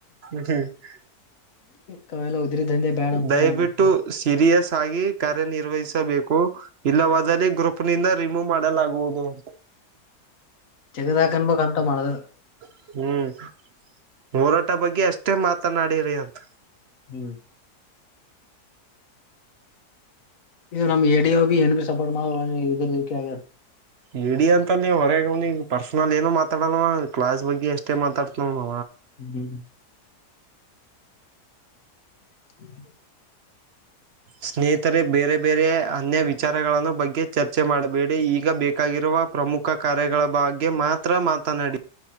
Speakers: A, on the right; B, on the left.
A: ಓಕೆ. <unintelligible>
B: <inaudible> ಇಂಥವೆಲ್ಲ ಉದ್ರಿ ದಂಧೆ ಬ್ಯಾಡ ಅಂತನಾ
A: ದಯವಿಟ್ಟು
B: ಆವ ನಂಗ್.
A: ಸೀರಿಯಸ್ ಆಗಿ ಕಾರ್ಯನಿರ್ವಹಿಸಬೇಕು. <inaudible> ಇಲ್ಲವಾದಲ್ಲಿ ಗ್ರೂಪ್ ನಿಂದ ರಿಮೂವ್ ಮಾಡಲಾಗುವುದು ಅಂತ. <inaudible>
B: ತಿನ್ನರ್ಯಾಕ್ ಅನ್ನಬೇಕ ಹಂತವ ಮಾಡೋದಿದ್ದರು. <inaudible>
A: <inaudible> ಹ್ಮ್ ಹೋರಾಟ ಬಗ್ಗೆ ಅಷ್ಟೇ ಮಾತನಾಡಿರಿ ಅಂತ.
B: ಹ್ಮ್. <unintelligible> ಇಗ ನಮ್ ಎ ಡಿ ಓ ಬಿ ಏನ್ ಬಿ ಸಪೋರ್ಟ್ ಮಾಡ ಇದ ರ ಈಕೆ ಆಗದ.
A: ಮೀಡಿಯಾ ಅಂತಲ್ಲಿ ನೀವು ಹೊರಗ ಅವ್ನ ಈಗ ಪರ್ಸನಲ್ ಏನೋ ಮಾತಾಡೋವ ಕ್ಲಾಸ್ ಬಗ್ಗೆ ಎಷ್ಟೇ ಮಾತಾಡ್ತವ.
B: ಹ್ಮ್ <inaudible>
A: ಸ್ನೇಹಿತರೆ ಬೇರೆ ಬೇರೆ ಅನ್ಯ ವಿಚಾರಗಳನ್ನು ಬಗ್ಗೆ ಚರ್ಚೆ ಮಾಡಬೇಡಿ ಈಗ ಬೇಕಾಗಿರುವ ಪ್ರಮು ಖ ಕಾರ್ಯಗಳ ಬಗ್ಗೆ ಮಾತ್ರ ಮಾತನಾಡಿ